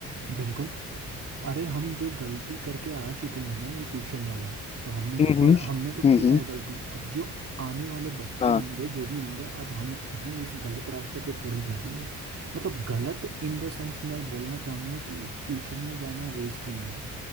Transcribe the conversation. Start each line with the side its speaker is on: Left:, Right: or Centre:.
Right: बिल्कुल अरे हम जो गलती करके आ चुके हैं ना ये ट्यूशन वाला तो हमने तो
Left: हम्म हम्म
Right: पढ़ हमने तो
Left: हम्म,
Right: किया
Left: हम्म।
Right: है गलती अब जो आने वाले बच्चे
Left: हाँ
Right: होंगे जो भी होंगे अब हम उन्हें इस गलत रास्ते पे थोड़ी भेजेंगे मतलब गलत इन द सेंस मैं बोलना चाहूँगा कि ट्यूशन में जाना वेस्ट ही है